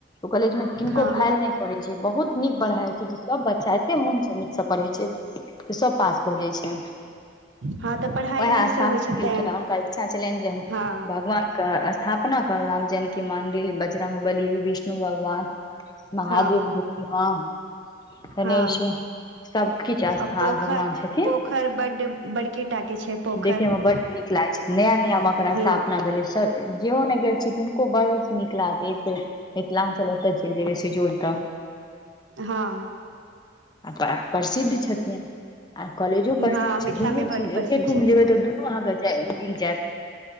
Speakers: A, on the left (about 20°); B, on the right (about 80°).
A: कॉलेज मे किनको
B: हँ
A: फल नहि पढ़ै छै, बहुत निक पढ़ाई छै, जे सभ बच्चा एते मोन निक सँ पढ़े छै। तऽ सभ पास भऽ जाइत छै।
B: हँ तऽ पढ़ाइ
A: ओएह
B: नीकसँ
A: स्थापित
B: होइ छै
A: केलखिन
B: तैं
A: हे हुनकर इच्छा छलनि जे हम
B: हँ
A: भगवान। के स्थापना करू राम जनक कि मन्दिर बाजरंग वली विष्णु भगवान। महादेव
B: हँ
A: भूमि हा गणेश।
B: हँ
A: सभकछु आस्था
B: आ पोखरि
A: भगवान छथिन,
B: पोखरि बड्ड बड़की टा के छै पोखरि
A: देखे मे बड़ निक लाग। नया नया मेखना
B: ह
A: स्थापना भेलै सभ। जेहो ने गेल छी तिनको बहुत निक लागत मिथिलांचल ओतय चलि जेयबै सजोल तऽ
B: हँ।
A: आ, प्रसिद्ध छथिन। आ कॉलेजो परसिद्ध
B: हँ
A: छै,
B: मिथिला
A: दुनू
B: मे बड्ड
A: चीज
B: प्रसिद्ध
A: एकेठोम
B: छथिन
A: जेबय तऽ दुनू अहाँकेँ मिल जायत।